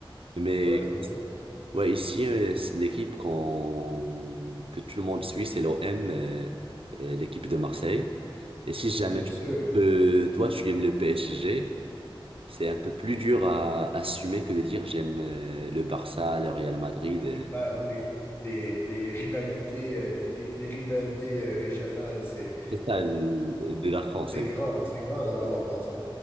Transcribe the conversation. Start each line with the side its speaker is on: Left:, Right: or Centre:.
Right: Mais
Left: Ouais, ça me dit.
Right: ouais, ici, euh, c'est l'équipe qu'on... que tout le monde suit, c'est l'OM, euh, euh, l'équipe de Marseille. Et si jamais
Left: Bien
Right: tu...
Left: sûr,
Right: que toi, tu aimes le PSG, c'est un peu plus dur à assumer que de dire j'aime euh, le Barça, le Real Madrid. euh,
Left: c'est clair, hein, les, les, les rivalités euh, les, vi- les rivalités euh, régionales, c'est
Right: C'est ça, le- de la France.
Left: c'est
Right: exact.
Left: grand, c'est grand là-bas en France, hein.